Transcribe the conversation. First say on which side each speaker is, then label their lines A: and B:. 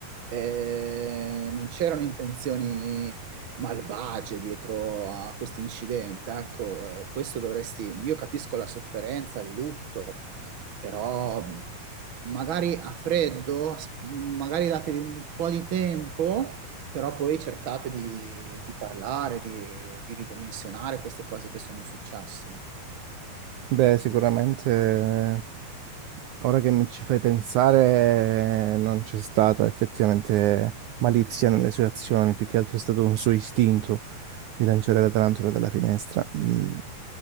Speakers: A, on the right; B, on the right.
A: eh, non c'erano intenzioni malvagie dietro a questo incidente. Ecco, eh, questo dovresti, io capisco la sofferenza, il lutto, però magari a freddo, s- magari datevi un po' di tempo. Però poi cercate di, di parlare, di, di ridimensionare queste cose che sono successe.
B: Beh, sicuramente eh, ora che mi ci fai pensare eh, non c'è stata effettivamente malizia nelle sue azioni, più che altro è stato un suo istinto di lanciare la tarantola dalla finestra. Mm.